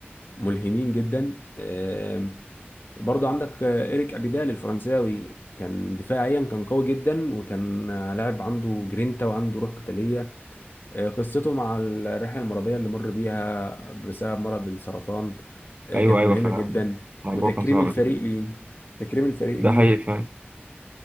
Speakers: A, on the left (about 55°); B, on the right (about 35°).
A: ملهمين جدا آم، برضو عندك آه، ايريك ابيدال الفرنساوي كان دفاعيا كان قوي جدا وكان آه، لاعب عنده جرينتا وعنده روح قتاليه آه، قصته مع الرحله المرضيه اللي مر بيها بسبب مرض السرطان آه،
B: ايوه
A: كانت
B: ايوه
A: ملهمه
B: فعلا
A: جدا
B: الموضوع
A: وتكريم
B: كان صعب
A: الفريق ليه تكريم الفريق
B: ده
A: ليه
B: حقيقي فعلا